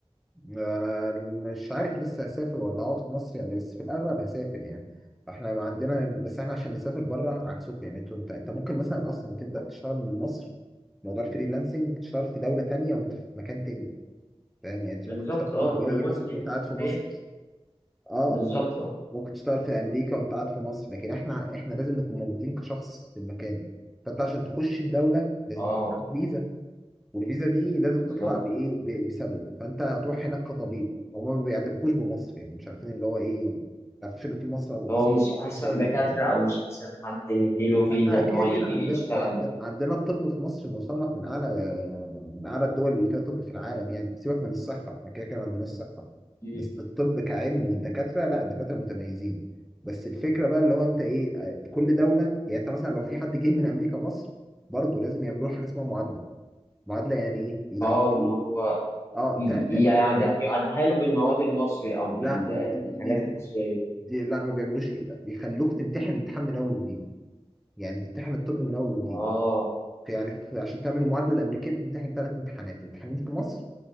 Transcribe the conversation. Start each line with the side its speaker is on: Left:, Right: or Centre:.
Centre: انا مش عارف لسه هسافر ولا هقعد في مصر يعني بس في الاغلب هسافر يعني احنا ما عندنا بس احنا عشان نسافر بره عكسكم يعني انتوا- انت انت ممكن مثلا اصلا تبدا تشتغل من مصر موضوع الفريلانسنج تشتغل في دوله تانية وانت في مكان تاني فاهم يعني انت
Left: بالظبط
Centre: ممكن تشتغل
Left: اه
Centre: في دبي
Left: ريموتلي
Centre: مثلا وانت
Left: من
Centre: قاعد في
Left: البيت
Centre: مصر اه
Left: بالظبط اه
Centre: ممكن تشتغل في امريكا وانت قاعد في مصر لكن احنا احنا لازم نكون موجودين كشخص في المكان فانت عشان تخش الدوله لازم
Left: اه
Centre: يكون معاك فيزا والفيزا دي لازم
Left: بالظبط
Centre: تطلع بايه ب- بسبب فانت هتروح هناك كطبيب هما ما بيعترفوش بمصر يعني مش عارفين اللي هو ايه ما يعرفوش اللي في مصر ومصر
Left: هو مش احسن
Centre: طب ولا
Left: دكاترة
Centre: كده.
Left: او مش احسن حد نديله فيزا
Centre: لا
Left: ان
Centre: كده
Left: هو
Centre: كده
Left: يجي
Centre: عندنا
Left: يشتغل
Centre: عند-
Left: دكتور
Centre: عندنا الطب في مصر مصنف من اعلى من اعلى الدول اللي فيها طب في العالم يعني سيبك من الصحه احنا كده كده عندنا الصحه
Left: مم.
Centre: بس الطب كعلم والدكاتره لا الدكاتره متميزين بس الفكره بقى اللي هو انت ايه آه، كل دوله يعني انت مثلا لو في حد جه من امريكا مصر برضه لازم يعملوا له حاجه اسمها معادله معادله يعني ايه يدخلوك
Left: اه ما هو
Centre: اه
Left: ي-
Centre: تا تا
Left: يعد- يعدلها له بالمواد المصري او بال...
Centre: لا دي
Left: بالحاجات
Centre: دي
Left: المصرية
Centre: دي لا ما بيعملوش كده بيخلوك تمتحن امتحان من اول وجديد يعني تمتحن الطب من اول وجديد
Left: اه
Centre: في يعني في عشان تعمل المعادله الامريكيه بتمتحن ثلاث امتحانات امتحانين في مصر